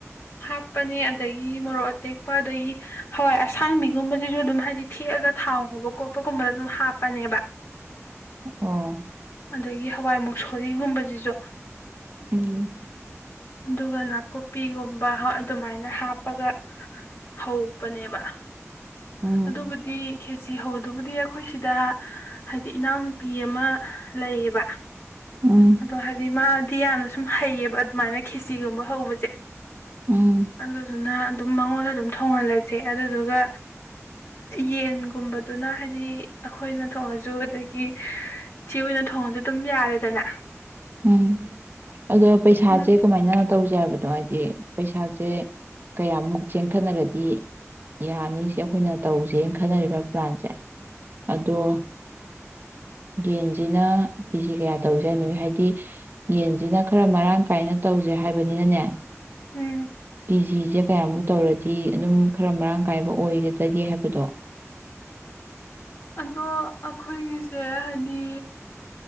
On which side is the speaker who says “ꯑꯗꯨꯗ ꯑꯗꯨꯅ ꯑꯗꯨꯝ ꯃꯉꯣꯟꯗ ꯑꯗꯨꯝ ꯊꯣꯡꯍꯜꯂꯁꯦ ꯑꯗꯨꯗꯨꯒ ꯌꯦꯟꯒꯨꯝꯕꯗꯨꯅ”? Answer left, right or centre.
Left